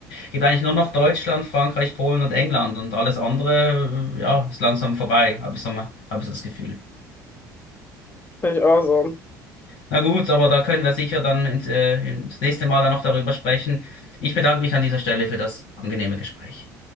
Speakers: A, on the left; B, on the left.
A: Gibt eigentlich nur noch Deutschland, Frankreich, Polen und England und alles andere, äh, ja, ist langsam vorbei, habe ich so mal, habe ich so das Gefühl.
B: sehe ich auch so.
A: Na gut, aber da können wir sicher dann ins, äh, ins nächste Mal dann noch darüber sprechen. Ich bedanke mich an dieser Stelle für das angenehme Gespräch.